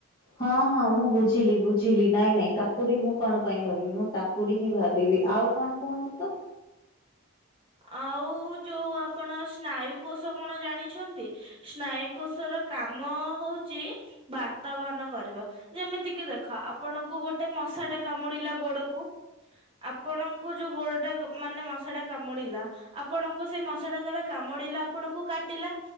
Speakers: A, on the left (about 25°); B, on the right (about 25°).
A: ହଁ ହଁ ମୁଁ ବୁଝିଲି ବୁଝିଲି ନାଇଁ ନାଇଁ କାକୁଡି ମୁଁ କଣ ପାଇଁ ଭାବିବି ମୁଁ ତାକୁଡି ହିଁ ଭାବିବି ଆଉ କଣ କୁହନ୍ତୁ ତ?
B: ଆଉ ଯୋଉ ଆପଣ ସ୍ନାୟୁ କୋଷ କଣ ଜାଣିଛନ୍ତି? ସ୍ନାୟୁ କୋଶ ର କାମ ହଉଛି ବାର୍ତ୍ତା ବାହନ କରିବା। ଯେମିତି କିି ଦେଖ ଆପଣଙ୍କୁ ଗୋଟେ ମଶା ଟା କାମୁଡିଲା ଗୋଡକୁ ଆପଣଙ୍କୁ ଯୋଉ ଗୋଡ ଟା ମାନେ ମଶା ଟା କାମୁ କାମୁଡିଲା ଆପଣଙ୍କୁ ସେ ମଶାଟା ଯେତେବେଳେ କାମୁଡିଲା ଆପଣଙ୍କୁ କାଟିଲା